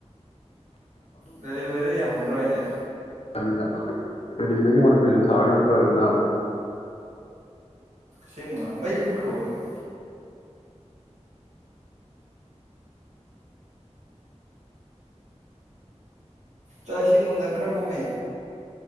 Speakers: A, on the right; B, on the left.
A: ꯗꯂꯤ ꯗꯣ ꯌꯥꯍꯧꯗ꯭ꯔꯣ ꯑꯩꯁꯦ
B: ꯅ ꯗꯦꯜꯂꯤꯗꯒꯤ ꯃꯅꯤꯄꯨꯔꯔꯤꯅ ꯁꯥꯔꯒ ꯑꯝꯇ ꯑꯣꯏꯗꯅ
A: ꯁꯦꯡꯕꯅ ꯃꯩꯕꯨꯛꯈ꯭ꯔꯕꯕꯅꯦ ꯆꯥꯛ ꯏꯁꯤꯡ ꯎꯟꯅꯈ꯭ꯔꯕꯥꯎꯅꯦ